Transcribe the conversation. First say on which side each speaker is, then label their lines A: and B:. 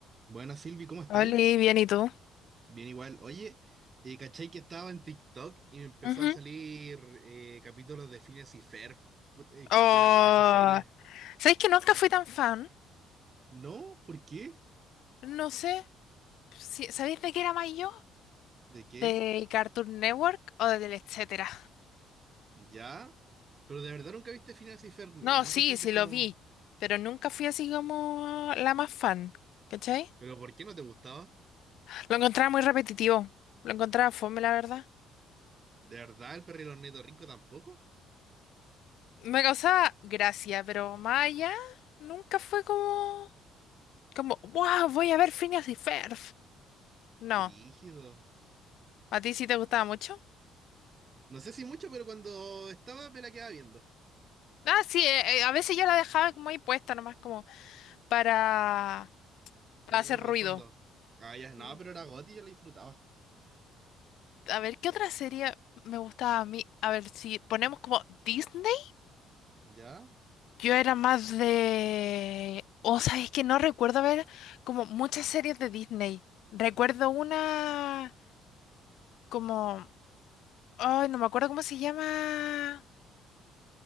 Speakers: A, on the right; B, on the left.
A: Buenas Silvi, ¿cómo estáis?
B: Oli, bien, ¿y tú?
A: Bien igual. Oye, eh, ¿cachai que estaba en TikTok y me empezó
B: Ujú.
A: a salir eh, capítulos de Phineas y Ferb? Put- eh, que,
B: Oh,
A: que era buena esa serie.
B: ¿sabéis que nunca fui tan fan?
A: ¿No? ¿Por qué?
B: No sé, si, ¿sabéis de qué era más yo?
A: ¿De qué?
B: ¿Del Cartoon Network o del etcétera?
A: ¿Ya? Pero de verdad nunca viste Phineas y Ferb, nu-
B: No,
A: nunca
B: sí,
A: estuviste
B: sí
A: como...
B: lo vi, pero nunca fui así como la más fan, ¿cachai?
A: ¿Pero por qué no te gustaba?
B: Lo encontraba muy repetitivo, lo encontraba fome, la verdad.
A: ¿De verdad el perro y Rico tampoco?
B: Me causaba gracia, pero más allá, nunca fue como, como, wow, voy a ver Phineas y Ferb. No,
A: Brígido.
B: ¿a ti sí te gustaba mucho?
A: No sé si mucho, pero cuando estaba me la quedaba viendo,
B: Ah, sí, eh, eh, a veces yo la dejaba como ahí puesta, nomás como para, para
A: para tener
B: hacer
A: algo
B: ruido.
A: de fondo. Ah, ya, no,
B: Sí.
A: pero era Gotti, yo la disfrutaba.
B: A ver, ¿qué otra serie me gustaba a mí? A ver, si ponemos como Disney,
A: ¿Ya?
B: yo era más de... O sea, es que no recuerdo ver como muchas series de Disney. Recuerdo una como... Ay, no me acuerdo cómo se llama.